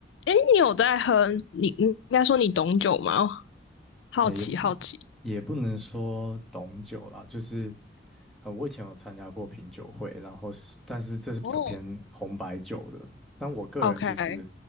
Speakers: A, on the left (about 80°); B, in the centre.
A: 哎，你有在喝？你你应该说你懂酒吗？好奇好奇。
B: 诶，也不也不能说懂酒啦，就是呃，我以前有参加过品酒会，然后是，但是这是比较偏红白酒的。
A: 哦，
B: 但我个人其实
A: OK，嗯，